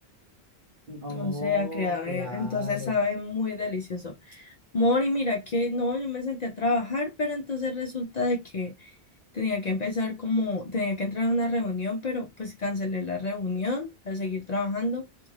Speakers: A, on the right; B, on the left.
A: Mm, Oh,
B: O sea, creado,
A: claro.
B: eh, entonces sabe muy delicioso. Mori, mira que no, yo me senté a trabajar, pero entonces resulta de que Tenía que empezar como, tenía que entrar a una reunión, pero pues cancelé la reunión para seguir trabajando.